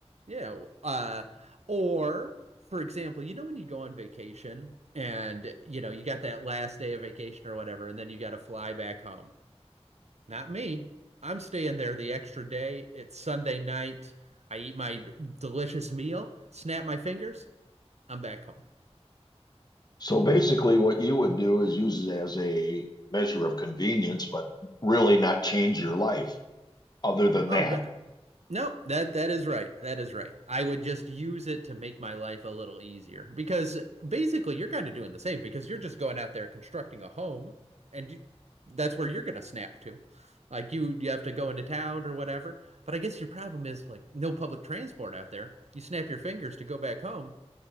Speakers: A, on the right (about 80°); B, on the left (about 40°).
A: Yeah, uh or for example, you know when you go on vacation and you know you got that last day of vacation or whatever and then you got to fly back home. Not me. I'm staying there the extra day. It's Sunday night. I eat my delicious meal, snap my fingers, I'm back home.
B: So basically, what you would do is use it as a measure of convenience, but really not change your life other than
A: Oh,
B: that.
A: no, no, that that is right. That is right. I would just use it to make my life a little easier because basically you're kind of doing the same because you're just going out there constructing a home and you- that's where you're going to snap to. Like you you have to go into town or whatever. But I guess your problem is like no public transport out there. You snap your fingers to go back home.